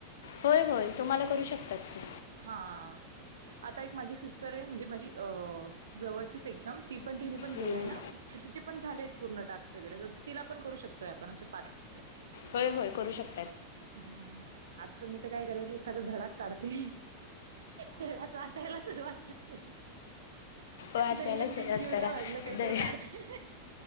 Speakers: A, on the left (about 60°); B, on the right (about 65°).
A: होय होय तुम्हाला करू शकतात ते.
B: हा आता एक माझी सिस्टर आहे, म्हणजे माझी अ जवळचीच एकदम ती पण तिने पण केलंय
A: हम्म.
B: ना तर तिचे पण झालेत पूर्ण टास्क वगैरे तर तिला पण करू शकतोय आपण असे पाच.
A: होय होय करू शकतो.
B: हा हा. आता तु मी तर काय करेल एखादा धडाच काढते धडाच वाचायला सुरुवात करते.
A: वाचायला
B: दैनंदिन
A: सुरुवात
B: जीवनावरलं
A: करा
B: काहीतरी
A: द
B: काढते.